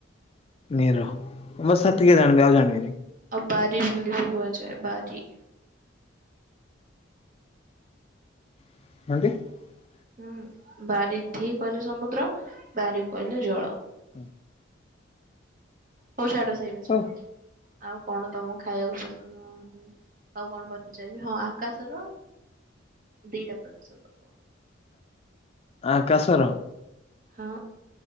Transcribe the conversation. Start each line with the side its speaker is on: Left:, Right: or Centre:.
Left: ନିର। ମୁଁ ସେତିକି ଜାଣିବି ଆଉ ଜାଣିବିନି।
Right: ଆଉ ବାରି ବଲି ଭୋଗ କୁହାଯାଏ ବାରି।
Left: <inaudible>
Right: ହୁଁ। ବାରିଧି କହିଲେ ସମୁଦ୍ର। ବାରି କହିଲେ ଜଳ।
Left: ହୁଁ।
Right: ହଉ ଛାଡ଼ ସେଇଆ ଛାଡ଼।
Left: ହଉ
Right: ଆଉ କଣ ତମକୁ ଖାଇବାକୁ ପସନ୍ଦ ନ ଆଉ କଣ ପଚାରିବି ହଁ ଆକାଶର ଦିଇଟା ପ୍ରତିଶଦ୍ଦ।
Left: ଆକାଶର।
Right: ହଁ।